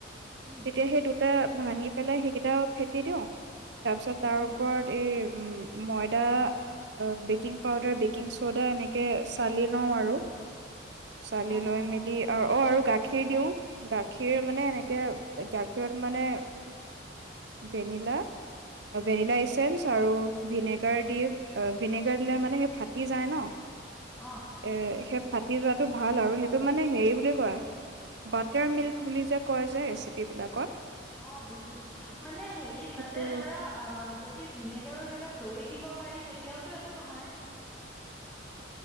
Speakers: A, in the centre; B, on the right.
A: উম
B: তেতিয়া সেই দুটা ভাঙি পেলাই সেইকেইটা ফেটি দিওঁ। তাৰ পিছত তাৰ
A: উম
B: ওপৰত এই উম। ময়দা বেকিং পাউদাৰ বেকিং চ'ডা এনেকে চালি লওঁ আৰু। চালি
A: অ
B: লৈ
A: অ
B: মেলি আৰু অ আৰু গাখীৰ গাখীৰ দিওঁ গাখীৰ মানে এনেকে গাখীৰত মানে ভেনিলা ভেনিলা এইচেঞ্চ আৰু ভিনেগাৰ দি ভিনেগাৰ দিলে মানে সেই ফাটি যায় ন।
A: অ
B: এ <unintelligible> ফাটি যোৱাটো ভাল আৰু সেইটো মানে হেৰি বুলি কয় বাটাৰ মিল্ক বুলি যে কয় যে ৰেচিপিবিলাকত।
A: অ, ' বুজিছো। মানে হেৰি
B: সেইটো
A: তাতে ধৰা অহ। যদি ভিনেগাৰৰ জেগাত দৈ দিব পাৰি তেতিয়াওতো একো নহয়।